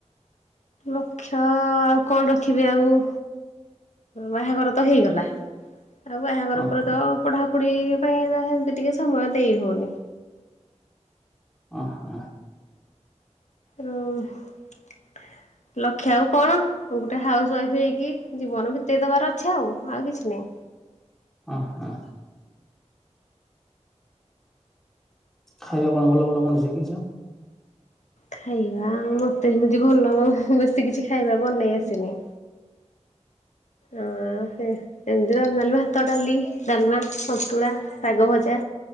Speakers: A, on the left; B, in the centre.
A: ଲକ୍ଷ୍ୟ ଆଉ କଣ ରଖିବି ଆଉ ବାହାଘର ତ ହେଇଗଲା ଆଉ ବାହାଘର
B: ଓହୋ
A: ପରେ ତ ପଢାପଢି ପାଇଁ ଯାହା ଏନ୍ତି ଟିକେ ସମୟ ଦେଇ ହଉନି
B: ଓ ହଁ।
A: ରଉ <unintelligible> ଲକ୍ଷ୍ୟ ଆଉ କଣ ଗୋଟେ ହାଉସ୍ ୱାଇଫ୍ ହେଇକି ଜୀବନ ବିତେଇ ଦବାର ଅଛି ଆଉ ଆଉ କିଛି ନାଇଁ।
B: ଅ ହଁ। ଖାଇବା କଣ ଭଲ ଭଲ ବନେଇ ଶକିିଛ?
A: ଖାଇବା ମତେ ସେମିତି ଭଲ ବେଶୀ କିଛି ଖାଇବା ବନେଇ ଆସିନି। ଅଁ ସେ ଏମତି ନର୍ମାଲ ଭାତ, ଡାଲି, ଡାଲମା, ସନ୍ତୁଳା, ଶାଗ ଭଜା।